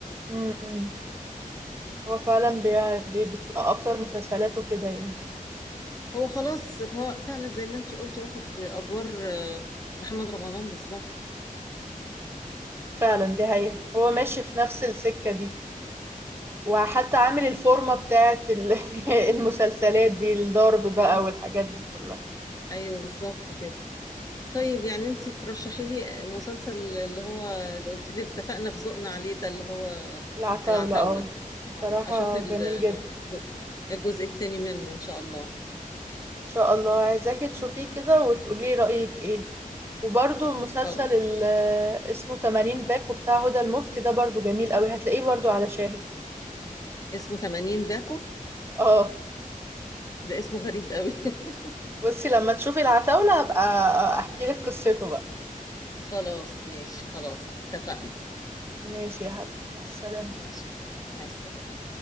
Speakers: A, on the right (about 15°); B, on the left (about 25°).
A: امم هو فعلا بي... بي... بتبقى أكتر مسلسلاته كده يعني
B: هو خلاص ف- فعلا زي ما انتي قلتي واخد ادوار آه، محمد رمضان بالظبط
A: فعلا دي حقيقة هو ماشي في نفس السكة دي وحتى عامل الفورمة بتاعت ال- <laughs> المسلسلات دي الضرب بقى
B: اه
A: والحاجات دي كلها
B: ايوه بالظبط كده طيب يعني انتي ترشحي لي مسلسل اللي هو اللي قلت لي اتفقنا في ذوقنا عليه ده اللي هو
A: العتاولة
B: العتاولة
A: اه صراحة
B: اه اشوف ال-
A: جميل جدا
B: الج- الجزء الثاني منه ان شاء الله
A: ان شاء الله عايزاكي تشوفيه كده وتقولي رأيك ايه وبرضو مسلسل
B: خلاص
A: ال- اسمه 80 باكو بتاع هدى المفتي ده برضو جميل قوي هتلاقيه برضو على شاهد
B: اسمه 80 باكو
A: اه
B: ده اسمه غريب قوي <laughs>
A: بصي لما تشوفي العتاولة هبقى احكي لك قصته بقى
B: خلاص ماشي خلاص اتفقنا
A: ماشي يا حبيبتي مع السلامة
B: ماشي مع السلامة